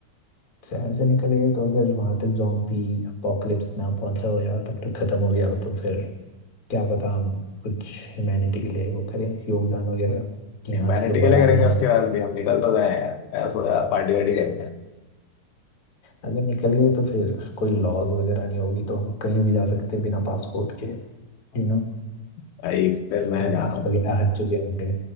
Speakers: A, on the left; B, on the left.
A: शहर से निकल गए तो अगर वहां तक जॉम्बी अपोकलिप्स ना पहुंचा हो या तब तक खत्म हो गया हो तो फिर क्या पता हम कुछ ह्यूमैनिटी के लिए वो करें योगदान वगैरह कि
B: ह्यूमैनिटी
A: हाँ चलो
B: के
A: बढ़ाना
B: लिए करेंगे
A: है
B: उसके बाद भी हम निकल तो गए हैं यार यार थोड़ा पार्टी वार्टी करेंगे
A: अगर निकल गए तो फिर कोई लॉज वगैरह नहीं होगी तो हम कहीं भी जा सकते हैं बिना पासपोर्ट के यू नो
B: भाई फिर मैं
A: बोनस
B: जा रहा हूँ
A: वगैरह हट चुके होंगे